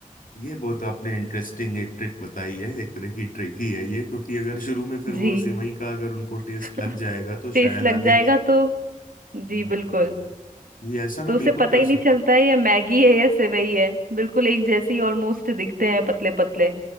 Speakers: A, on the left; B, on the right.
A: ये बहुत आपने इंटरेस्टिंग एक ट्रिक बताई है एक तरह की ट्रिक ही है ये क्योंकि अगर शुरू में फिर
B: जी
A: वो सेवई का अगर उनको टेस्ट
B: <laughs>
A: लग जाएगा तो
B: टेस्ट
A: शायद
B: लग
A: आगे
B: जाएगा तो जी
A: हम्म,
B: बिल्कुल
A: ये ऐसा मैं
B: तो उसे
A: बिल्कुल
B: पता
A: कर
B: ही नहीं
A: सकता
B: चलता है ये मैगी है या सेवई है बिल्कुल एक जैसे ही ऑलमोस्ट दिखते हैं पतले पतले